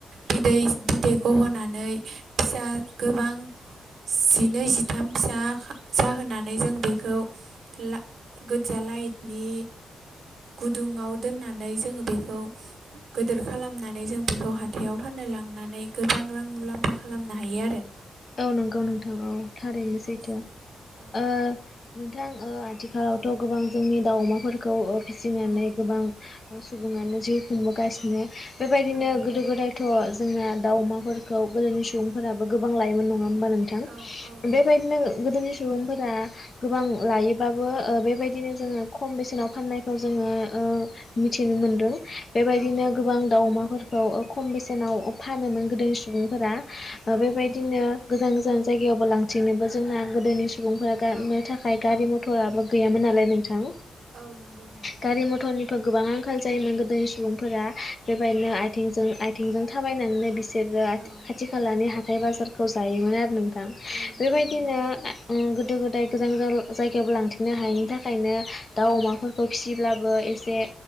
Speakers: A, on the right; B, on the left.
A: बिदै बिदै गहोनानै फिसा गोबां जिनै जिथाम फिसा खा जाहोनानै जों बेखौ ला गोज लाटइनि गुदुंआव दोननानै जोङो बेखौ गोदिर खालामनानै जों बेखौ हाथायाव फाननो लांनानै गोबां रां सांग्रां मुलाम्फा खालामनो हायो आरो।
B: औ नंगौ नोंथां औ थारैनो
A: बेनिफ्राय
B: सैथो
A: औ
B: ओ नोंथां ओ आ थिखालावथ'
A: औ
B: गोबां जोंनि दाउ अमाफोरखौ फिसिनानै
A: औ
B: गोबां सुबुङानो जिउ खुंबोगासिनो
A: औ
B: बेबायदिनो
A: औ नंगौ
B: गोदो गोदायथ' जोंना दाउ अमाफोरखौ गोदोनि सुबुंफोराबो गोबां लायोमोन नङा। हेनबा नोंथां
A: औ औ नंगौ
B: बेबायदिनो गोदोनि सुबुंफोर आ गोबां लायोबाबो ओ बेबायदिनो जोङो खम बेसेनाव फाननायखौ जोङो ओ मिथिनो मोनदों
A: औ
B: बेबायदिनो
A: औ औ
B: गोबां दाउ अमाफोर खौ खम बेसेनाव फानोमोन गोदोनि सुबुंफोरा ओ
A: औ
B: बेबायदिनो
A: औ
B: गोजान गोजान जायगायावबो लांथिनोबो जोंना गोदोनि सुबुंफोरा गानो
A: औ
B: थाखाय गारि
A: औ
B: मथराबो गैयामोन नालाय नोंथां।
A: औ नंगौ नंगौ।
B: गारि मथरनिबो गोबां आंखाल जायोमोन गोदोनि सुबुंफोरा बेबायदिनो
A: औ
B: आथिं आथिंजों थाबायनानैनो बि बिसोरो
A: औ
B: खाथि खालानि हाथाय बाजारखौ जायोमोन आरो नों थां
A: औ
B: बेबायदिनो
A: नंगौ नोंथां
B: ओ गोदो गोदाय गोजान गोजान जायगायावबो लांथिंनो हायैनि थाखायनो दाउ अमाफोरखौ
A: औ
B: फिसिब्लाबो ए से